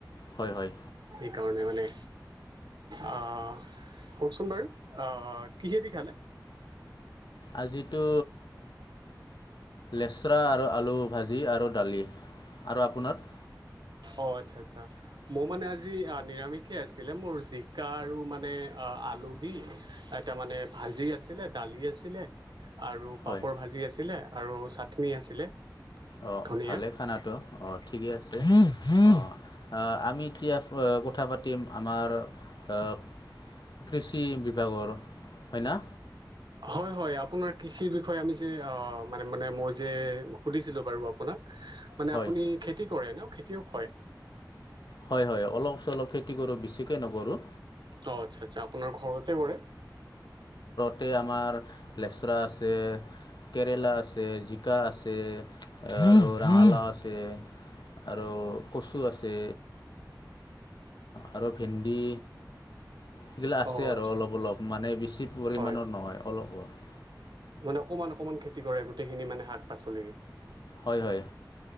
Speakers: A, on the left (about 75°); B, on the right (about 80°).
A: হয়, হয়।
B: সেইকাৰণে মানে আ কওঁকচোন বাৰু আ, কিহেদি খালে?
A: আজিতো <unintelligible> আৰু আলু ভাজি আৰু দালি আৰু আপোনাৰ?
B: অ', আচ্ছা, আচ্ছা মোৰ মানে আজি আ, নিৰামিষে আছিলে মোৰ জিকা আৰু মানে‌ আ আলু দি তাৰ মানে ভাজি আছিলে, দালি আছিলে, আৰু
A: হয়
B: পাপৰ ভাজি আছিলে, আৰু চাটনি আছিলে,
A: অ
B: ধনিয়া
A: ভালে খানাটো অঁ ঠিকে আছে অঁ। আহ আমি এতিয়া কথা পাতিম আমাৰ আহ কৃষি বিভাগৰ হয় ন?
B: হয় হয় আপোনাৰ কৃষিৰ বিষয়ে আমি যে অ', মানে-মানে মই যে সুধিছিলো বাৰু আপোনাক, মানে
A: হয়
B: আপুনি খেতি কৰে ন? খেতিয়ক হয়?
A: হয় হয়, অলপ চলপ খেতি কৰো, বেছিকে নকৰো।
B: অ', আচ্ছা আচ্ছা, আপোনাৰ ঘৰতে কৰে?
A: <unintelligible> আমাৰ লেচৰা আছে। কেৰেলা আছে, জিকা আছে, আৰু ৰঙালাও আছে। আৰু কচু আছে। আৰু ভেন্দি এইগিলা আছে
B: অ
A: আৰু
B: আচ্ছা
A: অলপ অলপ, মানে বেছি পৰিমণৰ
B: হয়
A: নহয় অলপ অলপ।
B: মানে অকমান অকমান খেতি কৰে গোটেইখিনি মানে শাক পাচলিৰ।
A: হয় হয়।